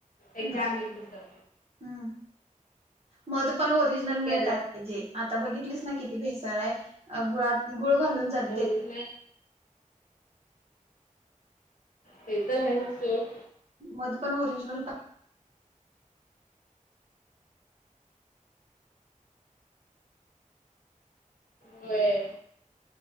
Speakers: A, on the left; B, on the right.
A: एक दहा
B: बर,
A: मिनिट तर
B: हम्म, मध पण ओरिजनल मिळतय.
A: केल्या
B: आता बघितली ना किती भेसळ आहे, गुळात गुळ घालून जात
A: ओरी
B: देत
A: <inaudible> ते तर आहेच सूट.
B: मध पण ओरिजनल प
A: होय